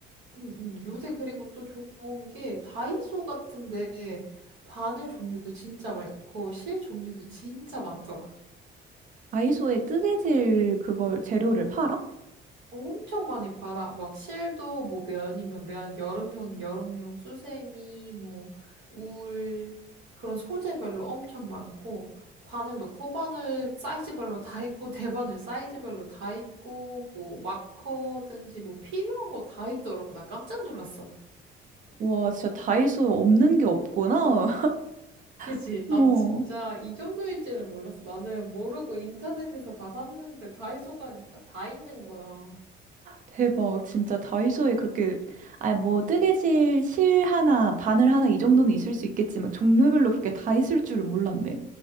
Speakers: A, on the right; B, on the right.
A: 음, 음. 요새 그리고 또 좋은 게 다이소 같은데 바늘 종류도 진짜 많고 실 종류도 진짜 많더라.
B: 다이소에 뜨개질 그걸 재료를 팔아?
A: 엄청 많이 팔아. 막 실도 뭐 면이면 면, 여름용이면 여름용, 수세미, 뭐 울, 그런 소재별로 엄청 많고 바늘도 코바늘 사이즈별로 다 있고 <laughs> 대바늘 사이즈별로 다 있고 뭐 마커든지 뭐 필요한 거 다 있더라고. 나 깜짝 놀랐어.
B: 와 진짜 다이소 없는 게 없구나.
A: 그치.
B: <laughs>
A: 나도
B: 어.
A: 진짜 이 정도일지는 몰랐어. 나는 모르고 인터넷에서 다 샀는데 다이소 가니까 다 있는 거야.
B: 대박. 진짜 다이소에 그렇게, 아니, 뭐, 뜨개질 실 하나, 바늘 하나 이 정도는 있을 수 있겠지만, 종류별로 그렇게 다 있을 줄은 몰랐네.